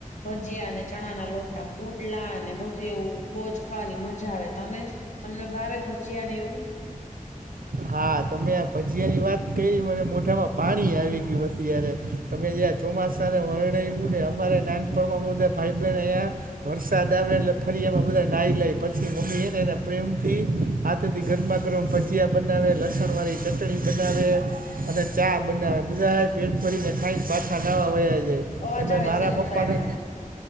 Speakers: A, on the left; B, on the right.
A: ભજીયા આને. ચણા ના લોટના પુડલા અને બધું એવું બોજ ખાવાની મજા આવે તમે. તમને ભાવે ભજીયા ને એવું.
B: હા તમે ભજીયા ની વાત કરી મને મોઢામાં પાણી આવી ગયું અત્યારે. તમે જ્યાં ચોમાસાને વર્ણ્યું ને અમારે નાનપણમાં બધા ભાઈ બહેન અહીંયા. વરસાદ આવે એટલે ફરી એમાં બધા નાહી લાય પછી મમ્મી એને એના પ્રેમ થી. હાથે થી ગરમા ગરમ ભજીયાં. બનાવે લસણ વાળી ચટણી બનાવે અને ચા બનાવે બધા. પેટ ભરીને ખાઈને પાછા લવા વયા જાય
A: અવાજ
B: એમ
A: આવે
B: મારા
A: છે એનો
B: પપ્પાને.
A: સાઈડમાં